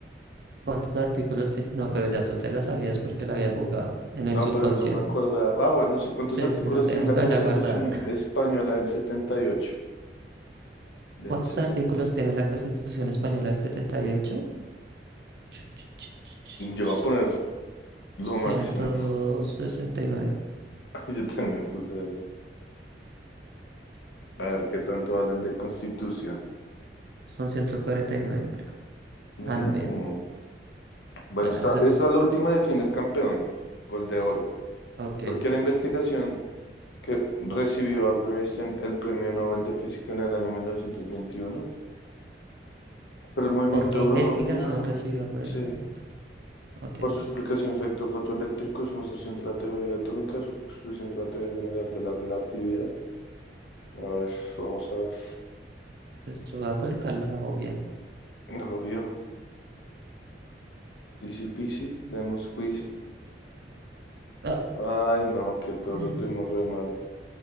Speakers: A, on the right; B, on the left.
A: ¿Cuántos artículos tiene? No, pero ya tú te la sabías porque la había jugado en
B: No,
A: el subconsciente.
B: pero no me acuerdo. Ah, bueno, sí, ¿cuántos
A: Sí,
B: artículos
A: sí, la tenías
B: tiene la
A: por
B: Constitución
A: allá guardada. <laughs>
B: Española del setenta y ocho
A: ¿Cuántos
B: Del setenta.
A: artículos tiene la Constitución Española del setenta y ocho Ch, ch, ch, ch, ch,
B: Yo
A: ch.
B: voy a poner lo
A: 169.
B: máximo. <laughs> Yo también puse eso. A ver qué tanto hablan de Constitución.
A: Son 149 creo.
B: Mm.
A: Ah, no, bien.
B: Bueno,
A: Claro,
B: esta,
A: eso.
B: esta es la última de fin el campeón, Gol de Oro,
A: Ok.
B: porque la investigación que recibió Albert Einstein el Premio Nobel de Física en el año 1921 por el movimiento
A: ¿Por qué investigación
B: browniano,
A: recibió Albert
B: sí,
A: Einstein? Ok,
B: por su explicación de efecto fotoeléctrico, su demostración de la teoría atómica, su exposición de la teoría general de la relatividad. A ver, vamos a ver.
A: pues yo voy a colocar la obvia.
B: Lo vio. Easy peasy, lemon squeezy.
A: Ah,
B: Ay, no, que todo
A: <clears throat>
B: lo tuvimos re mal.